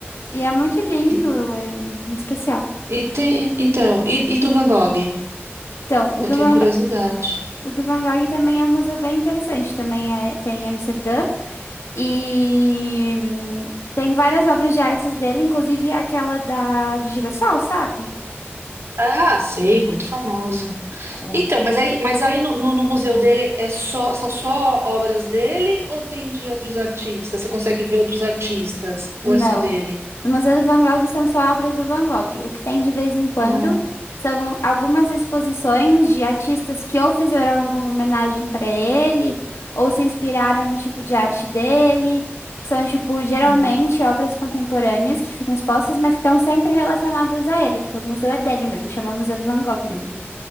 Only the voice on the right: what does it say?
E,
e tem, então, e, e do Van Gogh?
Eu
tenho
curiosidade.
Ah, sei, muito famosa.
Então, mas aí, mas aí no, no- no museu dele é só, são só obras dele ou tem de outros artistas? Você consegue ver outros artistas? Ou
é só dele?
Ah,
hum.